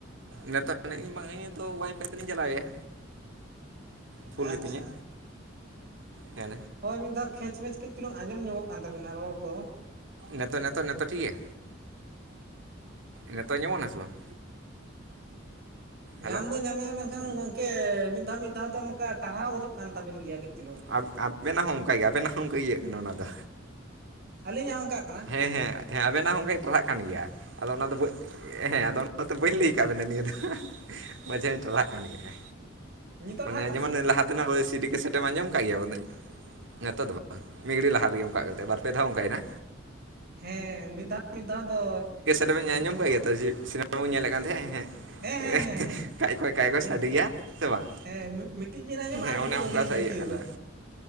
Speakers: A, on the right; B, on the right.
A: ᱱᱮᱛᱟᱜ ᱤᱧ ᱵᱟᱝ ᱤᱧ ᱦᱚᱛᱚ ᱚᱣᱟᱭᱯᱷᱟᱭ ᱛᱮᱞᱤᱧ ᱪᱟᱞᱟᱣ ᱮᱭᱟ᱾ ᱯᱷᱩᱞ
B: ᱟᱪᱪᱷᱟ
A: ᱜᱮᱛᱤᱧᱟ ᱛᱟᱦᱮᱞᱮ᱾
B: ᱦᱳᱭ ᱢᱤᱫ ᱫᱷᱟᱣ ᱠᱷᱮᱪᱼᱢᱮᱪ ᱠᱟᱹᱡ ᱪᱩᱞᱩᱝ ᱟᱸᱡᱚᱢ ᱧᱚᱜ ᱠᱟᱱ ᱛᱟᱵᱤᱱᱟ ᱨᱚᱲ ᱠᱚ᱾
A: ᱱᱮᱛᱚ ᱱᱮᱛᱚ ᱱᱮᱛᱚᱜ ᱴᱷᱤᱠ ᱜᱮᱭᱟ᱾ ᱱᱮᱛᱚᱜ ᱟᱸᱢᱚᱜ ᱱᱟ ᱥᱮ ᱵᱟᱝ?
B: ᱧᱟᱢ
A: ᱦᱮᱞᱳ
B: ᱫᱚ ᱧᱟᱢᱮᱜᱼᱟ ᱢᱮᱱᱠᱷᱟᱱ ᱜᱚᱝᱠᱮ ᱢᱤᱫ ᱫᱷᱟᱹᱣ ᱢᱤᱫ ᱫᱷᱟᱹᱣ ᱫᱚ ᱱᱚᱝᱠᱟ ᱴᱟᱨᱦᱟᱣ ᱜᱚᱫᱚᱜ ᱠᱟᱱ ᱛᱟᱵᱤᱱ ᱜᱮᱭᱟ ᱠᱟᱹᱡ ᱪᱤᱞᱩᱝ᱾
A: ᱟᱵ-ᱟᱵᱮᱱᱟᱜ ᱦᱚᱸ ᱚᱱᱠᱟ ᱜᱮ ᱟᱵᱮᱱᱟᱜ ᱦᱚᱸ ᱚᱱᱠᱟ ᱤᱭᱟᱹᱜ ᱠᱟᱱᱟ ᱚᱱᱟ ᱫᱚ
B: ᱟᱹᱞᱤᱧᱟᱜ ᱦᱚᱸ ᱚᱱᱠᱟᱜ ᱠᱟᱱᱟ
A: ᱦᱮᱸ ᱦᱮᱸ᱾ ᱦᱮᱸ ᱟᱵᱮᱱᱟᱜ ᱦᱚᱸ ᱚᱱᱠᱟ ᱴᱨᱟᱦᱟᱜ ᱠᱟᱱ ᱜᱮᱭᱟ ᱟᱫᱚ ᱚᱱᱟ ᱫᱚ ᱵᱟᱹ ᱮ ᱦᱮᱸ ᱟᱫᱚ ᱚᱱᱟ ᱛᱮ ᱵᱟᱹᱧ ᱞᱟᱹᱭ ᱠᱟᱜ ᱵᱮᱱᱟ ᱱᱤᱭᱟᱹ ᱫᱚ ᱢᱟᱡᱷᱮᱧ ᱴᱟᱨᱦᱟᱜ ᱠᱟᱱ ᱜᱮᱭᱟ᱾
B: ᱱᱤᱛᱚᱜ
A: ᱢᱟᱱᱮ
B: ᱴᱷᱟᱜ ᱠᱟᱱᱟ
A: ᱡᱮᱢᱚᱱ ᱮ ᱞᱟᱦᱟ ᱛᱮᱱᱟᱜ ᱳᱭ ᱥᱤᱰᱤ ᱠᱮᱥᱮᱴᱮᱢ ᱟᱸᱡᱚᱢ ᱠᱟᱜ ᱜᱮᱭᱟ ᱚᱱᱮ ᱧᱮᱛᱚᱜ ᱫᱚ ᱵᱟᱝ᱾ ᱢᱤᱫᱜᱷᱟᱹᱲᱤ ᱞᱟᱦᱟ ᱨᱮᱜᱮ ᱚᱱᱠᱟᱜ ᱠᱟᱱ ᱛᱟᱦᱮ ᱵᱟᱨ ᱯᱮ ᱫᱷᱟᱣ ᱚᱱᱠᱟᱭ ᱱᱟ᱾
B: ᱦᱮᱸ ᱢᱤᱫ ᱫᱷᱟᱣ ᱢᱤᱫ ᱫᱷᱟᱣ ᱫᱚ
A: ᱫᱚ ᱵᱮᱱ ᱟᱸᱡᱚᱢ ᱠᱟᱜ ᱜᱮᱭᱟ ᱛᱚ ᱡᱮ ᱥᱤᱱᱮᱢᱟ ᱵᱚᱱ ᱧᱮᱞᱮᱫ ᱠᱟᱱ ᱛᱟᱦᱮᱸᱫ, ᱦᱮᱸ᱾
B: ᱦᱮᱸ
A: <inaudible>
B: ᱦᱮᱸ
A: ᱠᱷᱟᱭ ᱠᱷᱚᱭ ᱠᱷᱟᱭ ᱠᱷᱚᱭ
B: ᱦᱮᱸ
A: ᱥᱟᱰᱮ ᱜᱮᱭᱟ᱾ ᱥᱮ ᱵᱟᱝ
B: ᱦᱮᱸ ᱦᱮᱸ ᱢᱤᱫᱴᱤᱡ ᱵᱤᱱ ᱟᱸᱡᱚᱢᱟ
A: ᱦᱮᱸ
B: ᱟᱨ
A: ᱚᱱᱮ
B: ᱢᱤᱫᱴᱤᱡ
A: ᱚᱝᱠᱟ
B: ᱵᱟᱹᱵᱤᱱ ᱟᱸᱡᱚᱢ
A: ᱥᱮ ᱤᱭᱟᱹᱜ
B: ᱛᱤᱭᱳᱜᱟ
A: ᱠᱟᱱᱟ᱾